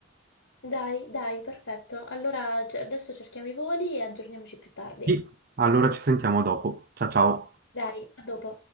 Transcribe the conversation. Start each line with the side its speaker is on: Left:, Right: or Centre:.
Left: Dai, dai, perfetto. Allora ce- adesso cerchiamo i voli e aggiorniamoci più tardi.
Right: Sì, allora ci sentiamo dopo. Ciao ciao.
Left: Dai, a dopo.